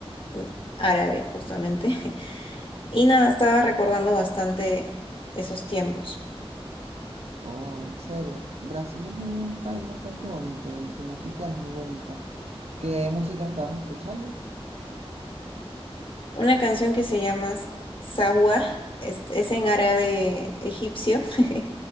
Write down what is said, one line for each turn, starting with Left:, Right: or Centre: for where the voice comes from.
Left: mm, árabe, justamente. <laughs> Y nada, estaba recordando bastante esos tiempos.
Right: Oh, en serio. Brasil es un país bastante bonito y su música es muy bonita. ¿Qué música estabas escuchando?
Left: Una canción que se llama Sahwa, es, es en árabe egipcio. <laughs>